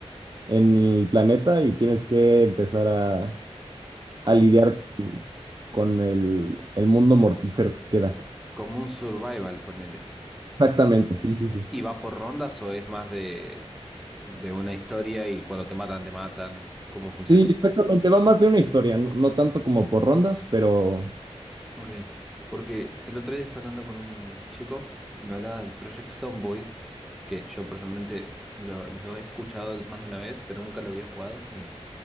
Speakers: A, on the right; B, in the centre.
A: en el planeta y tienes que empezar a
B: com-
A: a lidiar con, con el, el mundo mortífero que queda.
B: como un survival, ponele.
A: Exactamente, sí, sí, sí.
B: ¿Y va por rondas o es más de, de una historia y cuando te matan, te matan? ¿Cómo funciona?
A: Sí, exactamente, va más de una historia, no, no tanto como por rondas, pero
B: Ok, porque el otro día estaba hablando con un chico y me hablaba del Project Zomboid, que yo personalmente lo, lo he escuchado más de una vez, pero nunca lo había jugado, ni,